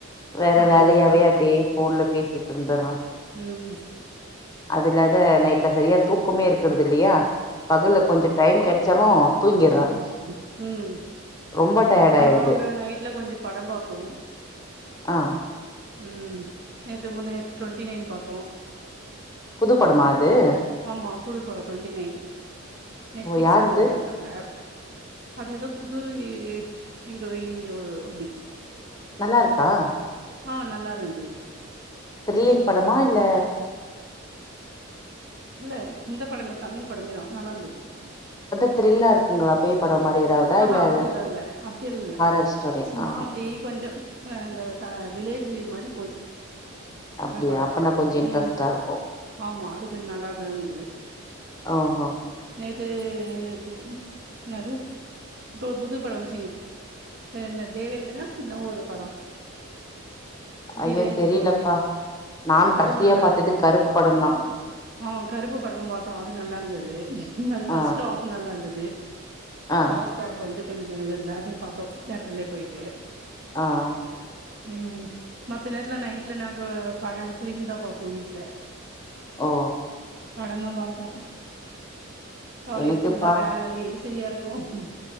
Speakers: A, on the left; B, on the right.
A: வேற
B: அப்டிங்களா
A: வேலயாவே அப்டியே போன்ல பேசிட்டு ருந்துற
B: ம்
A: அதுல்லாத நைட்ல சரியா தூக்கமே இருக்கிறது இல்லியா பகல்ல கொஞ்சோ டைம் கெடச்சாலு தூங்கிர்றே
B: உம் ம் உம்
A: ரொம்ப டயர்ட் ஆயிடுது
B: நாங்க நைட்ல கொஞ்சோ படம் பாப்போ
A: ஆமா
B: உம் நேத்து முந்த நேத்த ட்வெண்டி நைன் பாத்தோ
A: புது படமா ம்
B: ஆமா புது படோ ட்வெண்டி நைன் நெட் பிக்ஸ்ல
A: யாருது
B: போட்ருக்காங்க அது எதோ புது ஹீ ஹீரோயின் ஹீரோ அப்டி
A: நல்லா ருக்கா
B: ஆஹ் நல்லா இருந்து
A: த்ர்ல்லிங் படமா இல்ல
B: இல்ல இந்த படமே தமில் படமே நல்லா இருந்தது.
A: அது த்ரில்லா இருக்குங்ளா பேய் பட மாரி ஏதாவதா
B: ஆஹாஹா
A: இல்ல
B: அப்டில்லல்ல
A: அது
B: அப்டில்ல
A: ஹாரர் ஸ்டோரி
B: சும்மா
A: ஆ
B: அப்டி கொஞ்சோ அ விலேஜ் மாரி போது
A: அப்டியா
B: அந்த படோ
A: அப்பனா கொஞ்சோ இன்ட்ரெஸ்ட்டா
B: உம்
A: இருக்கு
B: ஆமா அது கொஞ் நல்லா தா இருந்தது
A: ஓஹோ
B: நேத் <unintelligible> என்னது இப்ப ஒரு புது படோ வந்ச்சி என்ன தேவேந்திர இந்த ஒரு படோ
A: ஐயோ
B: திரஞ்சின்
A: தெரியலப்பா
B: முர்மி
A: நான்
B: அதுவு
A: கடைசியா
B: நல்லா
A: பாத்தது
B: இருந்தது
A: கருப்பு படந்தா
B: ஆஹ் கருப்பு படமு பாத்தோ அது நல்லா இருந்தது அது
A: ஆ
B: பஸ்டாப் நல்லா இருந்தது
A: ஆ
B: லாஸ்டாப் வந்து கொஞ்சோ எல்லாதையு பாத்தோ தேட்டர்லே போய்ட்டு
A: ஆஹ்
B: உம் ம் மத்த நேர்த்ல நைட்ல நாங்க பட பிலிம் தா பாப்போ வீட்ல
A: ஓ
B: படந்தா பாப்போ காலைலக்குல்லா
A: எனக்குப்பா
B: வேலயே செரியா இருக்கு ஹ்கும்